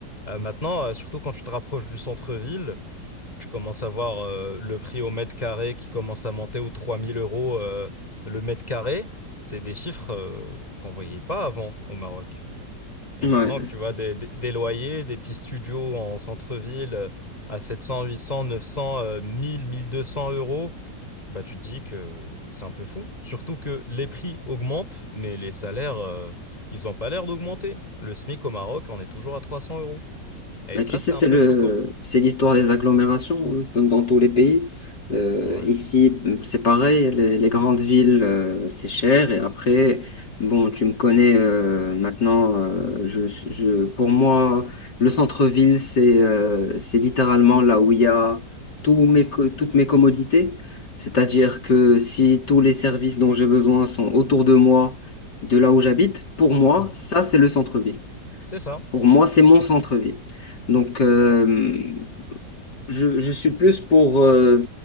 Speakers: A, on the left (about 20°); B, on the left (about 70°).
A: euh, maintenant, euh, surtout quand tu te rapproches du centre-ville, tu commences à voir euh, le prix au mètre carré qui commence à monter aux 3000 euros euh, le mètre carré. C'est des chiffres euh, qu'on voyait pas avant au Maroc. Et
B: Ouais.
A: maintenant que tu vois des, des- des loyers, des petits studios en centre-ville euh, à 700, 800, 900, euh, 1000, 1200 euros, bah tu te dis que c'est un peu fou. Surtout que les prix augmentent, mais les salaires, euh, ils n'ont pas l'air d'augmenter. Le SMIC au Maroc, on est toujours à 300 euros. Et
B: Mais
A: ça,
B: tu sais,
A: c'est
B: c'est
A: un peu
B: le,
A: choquant.
B: c'est l'histoire des agglomérations hein, dans, dans tous les pays. Euh,
A: Ouais.
B: ici, mmh, c'est pareil, les, les grandes villes, euh, c'est cher. Et après, bon, tu me connais euh, maintenant. euh, je, je, pour moi, le centre-ville, c'est euh, c'est littéralement là où il y a tous mes, co- toutes mes commodités. C'est-à-dire que si tous les services dont j'ai besoin sont autour de moi, de là où j'habite, pour moi,
A: Mm.
B: ça, c'est le centre-ville.
A: C'est ça.
B: Pour moi, c'est mon centre-ville. Donc, euh, je, je suis plus pour euh,